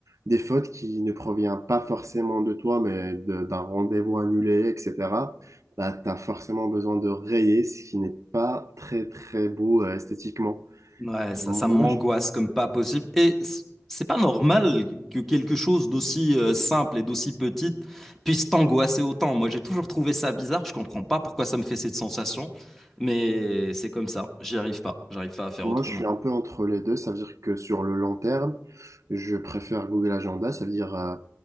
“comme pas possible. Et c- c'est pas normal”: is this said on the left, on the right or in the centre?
Centre